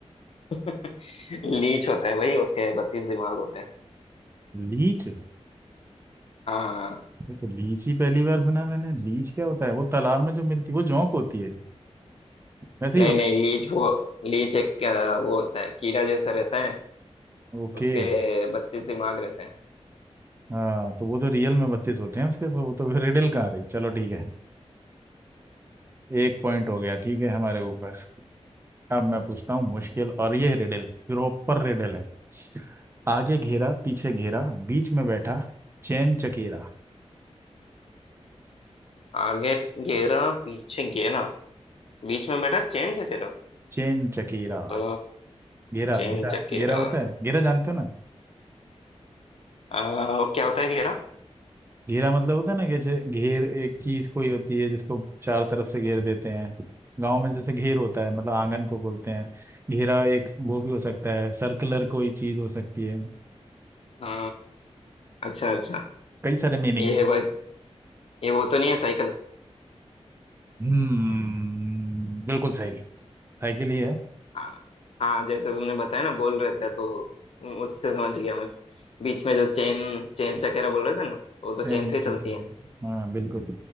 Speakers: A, on the left (about 60°); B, on the right (about 20°).
A: <laughs> लीच होता है भाई उसके बत्तीस दिमाग होते हैं
B: लीच
A: हाँ
B: ये तो लीच ही पहली बार सुना मैंने लीच क्या होता है वो तालाब में जो मिलती है, वो जोंक होती है वैसे ही
A: नहीं
B: होता
A: नहीं लीच वो लीच एक अ, वो होता है कीड़ा जैसा रहता है
B: है ओके
A: उसके बत्तीस दिमाग रहते हैं
B: हाँ तो वो तो रियल में बत्तीस होते हैं उसके तो वो तो रिडल कहाँ रही चलो ठीक है एक पॉइंट हो गया ठीक है हमारे ऊपर अब मैं पूछता हूँ मुश्किल और ये रिडल प्रॉपर रिडल है आगे घेरा पीछे घेरा बीच में बैठा चैन चकेरा
A: आगे घेरा पीछे घेरा बीच में बेटा चेन चकेरा
B: चैन चकेरा
A: तो
B: घेरा
A: चेन
B: घेरा
A: चकेरा
B: घेरा होता है घेरा जानते हो ना
A: अ, क्या होता है घेरा
B: घेरा मतलब होता है ना जैसे घेर एक चीज कोई होती है जिसको चार तरफ से घेर देते हैं गांव में जैसे घेर होता है मतलब आंगन को बोलते हैं घेरा एक वो भी हो सकता है सर्कुलर कोई चीज हो सकती है
A: अ, अच्छा अच्छा
B: कई सारे मीनिंग
A: ये
B: है
A: वो ये वो तो नहीं है साइकिल
B: हम्म बिल्कुल सही साइकिल ही है
A: हाँ हाँ जैसे तुमने बताया ना गोल रहता है तो उससे समझ गया मैं बीच में जो चेन चेन चकेरा बोल रहे थे ना तो वो तो
B: ट्रेन
A: चेन से ही चलती
B: सिक्योरिटी
A: है
B: हाँ बिल्कुल